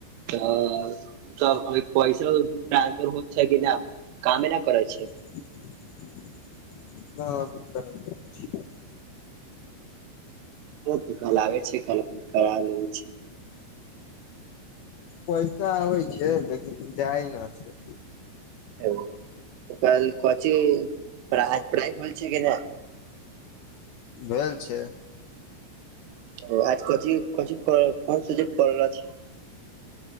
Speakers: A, on the right; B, on the left.
A: तऽ तऽ अभी पैसा ट्रन्सफर होत छै कि नऽ कामे नऽ करै छी
B: <unintelligible>
A: ओ तऽ कल आबै छै कल अपन करा लेबै छिये
B: पैसा होइ छै लेकिन जाइ नऽ छै
A: एगो तऽ कल कची पढ़ाय - पढ़ाय करै छिये की ना
B: भेल छै
A: ओ आज कथि कोन चीज करऽ कोन सब्जेक्ट करऽ बला छी